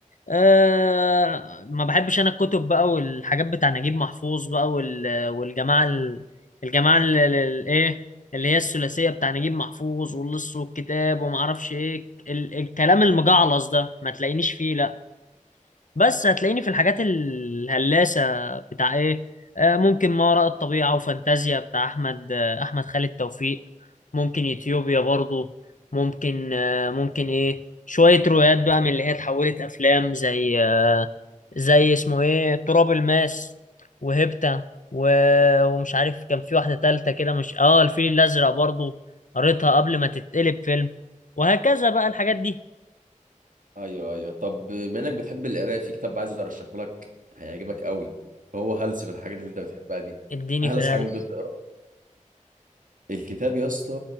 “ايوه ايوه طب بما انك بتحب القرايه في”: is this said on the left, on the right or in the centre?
Right